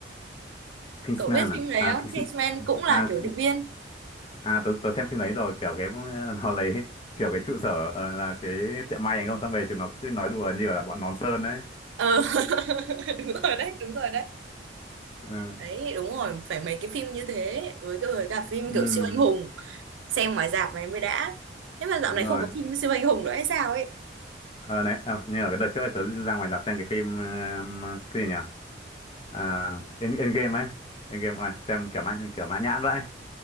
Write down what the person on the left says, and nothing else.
Kingsman
à à
Kings
à
à tớ, tớ xem phim đấy rồi kiểu cái <laughs> nó lấy kiểu cái trụ sở ờ, là cái tiệm may anh không xong về chúng nó cứ nói đùa như là bọn nón sơn đấy
ừ,
ừm,
đúng
rồi
ờ đấy à, như ở cái đợt trước ấy, tớ ra ngoài rạp xem cái phim ờ, cái gì nhỉ à, End- Endgame ấy Endgame này xem kiểu mãn kiểu mãn nhãn vậy